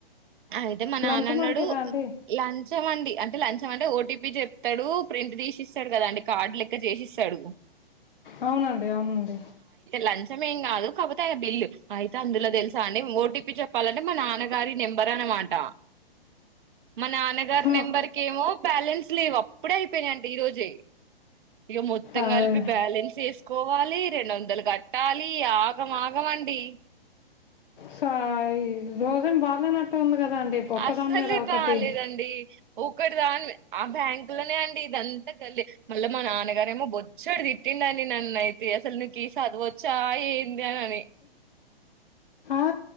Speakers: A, on the right; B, on the left.
A: అయితే మా నాన్న
B: లంచం
A: అన్నడు
B: అడిగారా అండి
A: లంచం అండి అ అంటే లంచం అంటే ఓటీపీ చెప్తడు ప్రింట్ తీసిస్తడు కదా అండి కార్డు లెక్క చేసిస్తడు.
B: అవునండి అవునండి
A: లంచం ఏం కాదు కాకపోతే ఆయన బిల్ అయితే అందులో తెల్సా అండి ఓటీపీ చెప్పాలంటే మా నాన్నగారి నెంబర్ అన్నమాట మా నాన్నగారి
B: ఆ
A: నెంబర్కేమో బ్యాలెన్స్ లేవ్ అప్పుడే అయిపోయినయి అంటే ఈ రోజే ఇగ మొత్తం
B: అదే
A: కల్పి బ్యాలెన్స్ ఏస్ కోవాలి రెండు వందలు కట్టాలి ఆగ మాగమండి.
B: సాయి రోజెం బాలేనట్టు ఉంది కదా అండి ఒక్కదాని
A: అస్సలే
B: మీద ఒకటి
A: బాలేదండి. ఒ ఒక్కటి దాన్ ఆ బ్యాంక్లనే అండి ఇదంతా కల్ మళ్ళ మా నాన్నగారేమో బొచ్చడు తిట్టిండండి నన్నైతే అసల్ నీకి చదువచ్చా ఏంది అని అని
B: ఆ